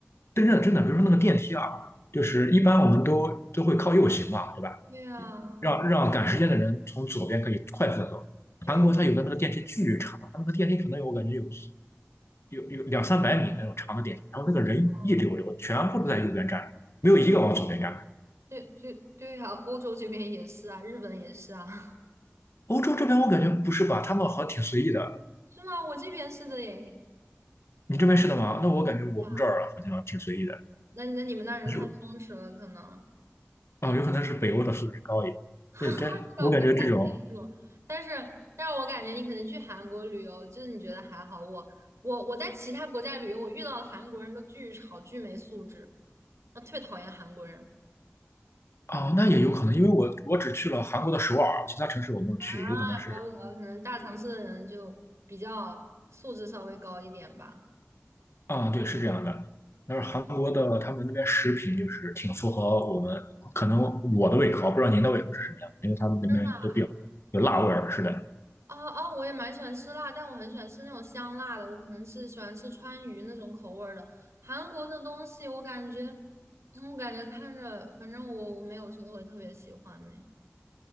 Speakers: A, on the left; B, on the right.
A: 真的真的，比如说那个电梯啊，就是一般我们都都会靠右行嘛，对吧？
B: 对啊，
A: 让让赶时间的人从左边可以快速的走。
B: 对啊，
A: 韩国它有的那个电梯巨长，它那个电梯可能有我感觉有有有两三百米那种长的电梯，然后那个人一溜溜，
B: 嗯，
A: 全部都在右边站没有一个往左边站
B: 对对对啊，欧洲这边也是啊，日本也是啊，<laughs>
A: 欧洲这边我感觉不是吧，他们好像挺随意的。
B: 是吗？我这边是的耶。
A: 你这边是的吗？那我感觉我们这儿好像挺随意的，
B: 啊，那那你们那人太松弛了，
A: 但是
B: 可能。
A: 啊、有可能是北欧的素质高一点。
B: <laughs>
A: 对，但我感觉这种
B: 这个不太清楚，但是但是我感觉你可能去韩国旅游，就是你觉得还好。我我我在其他国家旅游，我遇到的韩国人都巨吵、巨没素质，我特别讨厌韩国人
A: 啊、那也有可能，因为我我只去了韩国的首尔，其他城市我没有去，
B: 啊，
A: 有可能是
B: 怪不得可能大城市的人就比较素质稍微高一点吧。
A: 啊，对，是这样的。但是韩国的他们那边食品就是挺符合我们，
B: 天，
A: 可能我的胃口，不知道您的胃口是什么样的，因为他们那边都比较有辣味儿，
B: 真的
A: 是的。
B: 哦哦，我也蛮喜欢吃辣，但我很喜欢吃那种香辣的，我可能是喜欢吃川渝那种口味儿的。韩国的东西我感觉，嗯我感觉看着，反正我我没有什么会特别喜欢的。